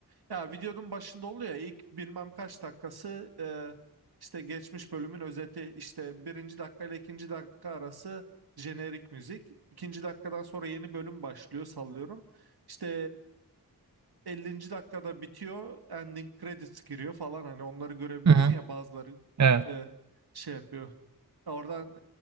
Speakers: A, on the right; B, on the right.
A: Ya videonun başında oluyor ya ilk bilmem kaç dakikası e, işte geçmiş bölümün özeti işte birinci dakika ile ikinci dakika arası jenerik müzik. İkinci dakikadan sonra yeni bölüm başlıyor sallıyorum. İşte e, 50. dakikada bitiyor ending credits giriyor falan hani onları görebiliyorsun
B: Hı hı.
A: ya bazıları
B: Evet.
A: e, şey yapıyor. Oradan